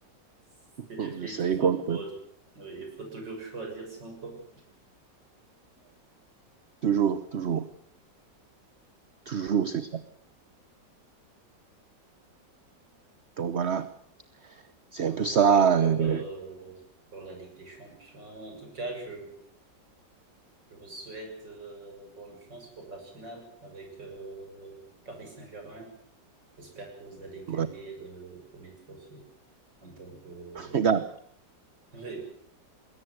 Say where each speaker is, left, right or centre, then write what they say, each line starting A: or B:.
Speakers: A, on the right; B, on the right.
A: C'est
B: Hum,
A: des faits
B: je serai
A: du football.
B: contre eux.
A: Oui, il faut toujours choisir son camp.
B: Toujours, toujours, toujours, c'est ça. Donc voilà, c'est
A: Donc
B: un peu ça.
A: voilà pour,
B: euh,
A: euh, pour la Ligue des Champions. En tout cas, je, Je vous souhaite euh, bonne chance pour la finale avec euh, Paris Saint-Germain. J'espère que vous allez gagner
B: ouais.
A: le, le premier trophée en tant que... euh,
B: <laughs>
A: Oui,